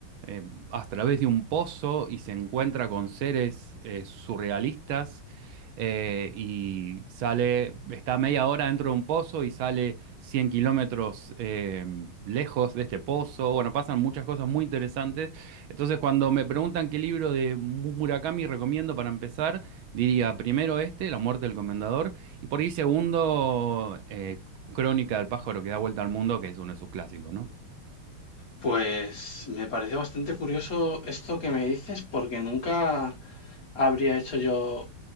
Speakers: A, on the right; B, on the left.
A: eh, a través de un pozo y se encuentra con seres eh, surrealistas eh, y sale, está media hora dentro de un pozo y sale 100 kilómetros eh, lejos de este pozo. Bueno, pasan muchas cosas muy interesantes. Entonces, cuando me preguntan qué libro de Murakami recomiendo para empezar, diría primero este, La muerte del comendador, y por ahí segundo, eh, Crónica del pájaro que da vuelta al mundo, que es uno de sus clásicos, ¿no?
B: Pues me parece bastante curioso esto que me dices porque nunca habría hecho yo